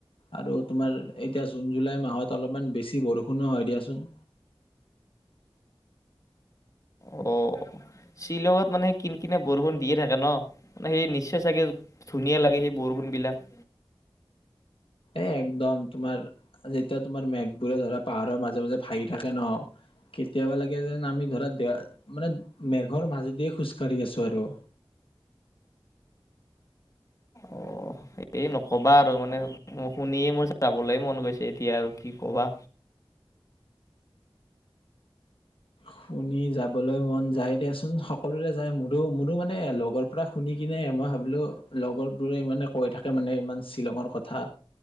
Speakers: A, on the left (about 70°); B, on the left (about 35°).
A: আৰু তোমাৰ এতিয়া জুন জুলাই মাহত অলপমান বেছি বৰষুণো হয় দিয়াচোন।
B: অ' শ্বিলঙত মানে সেই কিন কিনিয়া বৰষুণ দিয়ে থাকে ন, মানে সেই নিছে চাগে ধুনীয়া লাগে সেই বৰষুণ বিলাক।
A: এ একদম তোমাৰ যেতিয়া তোমাৰ মেঘবোৰে ধৰা পাহাৰৰ মাজে মাজে ভাহি থাকে ন কেতিয়াবা লাগে যেন আমি ধৰা দে মানে মেঘৰ মাজেদিয়ে খোজকাঢ়ি আছো আৰু
B: অ' এই নকবা আৰু মানে শুনিয়ে মোৰ যাবলৈ মন গৈছে এতিয়া আৰু কি ক'বা।
A: শুনি যাবলৈ মন যায় দিয়াচোন সকলোৰে যায় মোৰ। ত মোৰো মানে লগৰ পৰা শুনি কিনে মই ভাবিলো লগৰ বোৰে ইমানে। কৈ থাকে মানে ইমান শ্বিলঙৰ কথা